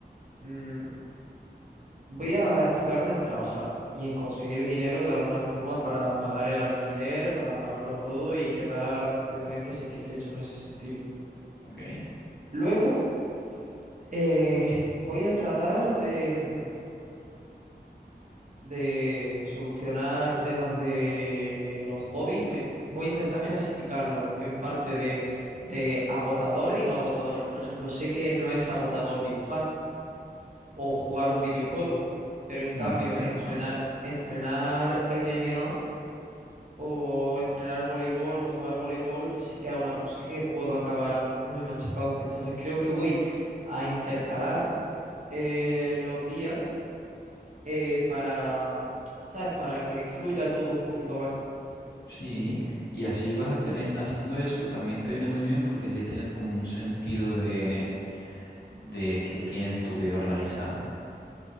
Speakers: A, on the right; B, on the left.
A: mm, voy a enfocarme en trabajar y en conseguir dinero de alguna forma para pagar el alquiler, para pagarlo todo y quedar completamente satisfecho en ese sentido.
B: Ok.
A: Luego, eh, voy a tratar de, mm, de solucionar temas de los hobbies. Me- voy a intentar clasificarlos en parte de, de agotadores y no agotadores. Por ejemplo, sé que no es agotador dibujar o jugar un videojuego, pero en cambio,
B: Bueno, tienes
A: entrenar,
B: razón.
A: entrenar MMA o entrenar voleibol o jugar voleibol, sí que es una cosa que puedo acabar muy machacado. Entonces creo que voy a intercalar eh, los días eh, para, ¿sabes? Para que fluya todo un poquito más.
B: Sí, y así vas a tener, haciendo eso también te viene muy bien porque así tienes como un sentido de, de que tienes tu vida organizada.